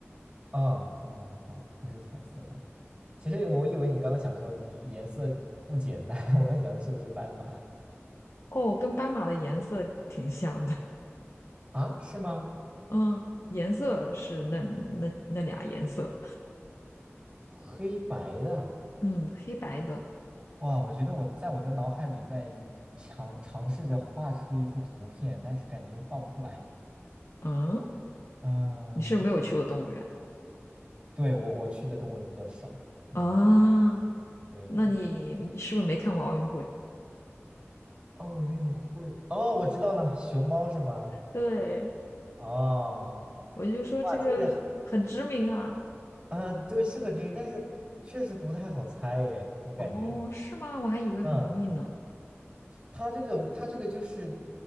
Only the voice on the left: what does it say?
哦，跟斑马的颜色挺像的。
嗯，颜色是那那那俩颜色。
嗯，黑白的。
嗯，
你是不是没有去过动物园
啊？
那你你是不是没看过奥运会？
对，
我就说这个很知名啊。
哦，是吗？我还以为很容易呢。